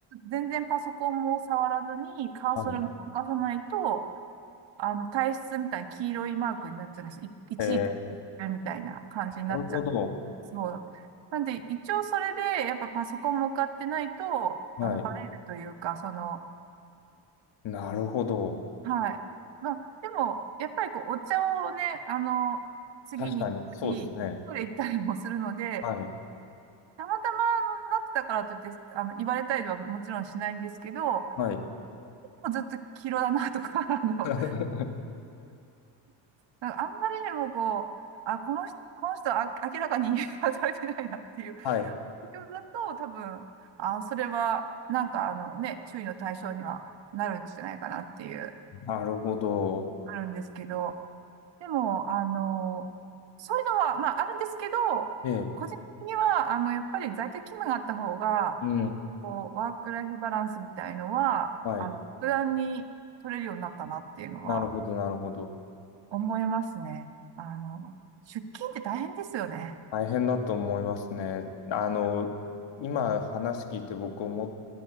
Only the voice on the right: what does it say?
全然パソコンも触らずにカーソルも動かさないと、
あの、体質みたいな黄色いマークになっちゃうんです。い一時
みたいな感じになっちゃう。
そう。なんで、一応それで、やっぱパソコン向かってないと、
あの、バレるというか、その、
はい。まあ、でも、やっぱりこう、お茶をね、あの、次に行ったり、
トイレ行ったりもするので、
たまたまのなってたからといって、あの、言われたりはもちろんしないんですけど、
でもずっと黄色だなとか、あの、
<laughs> なんかあんまりにもこう、あ、この人、この人は明らかに <laughs> 働いてないなっていう
状況だと、多分、あ、それは、なんかあのね、注意の対象にはなるんじゃないかなっていう、
あるんですけど、でも、あの、そういうのは、まあ、あるんですけど、
個人的には、あの、やっぱり在宅勤務があった方が、
こう、ワークライフバランスみたいのは、
あの、普段に取れるようになったなっていうのは
思いますね。あの、出勤って大変ですよね。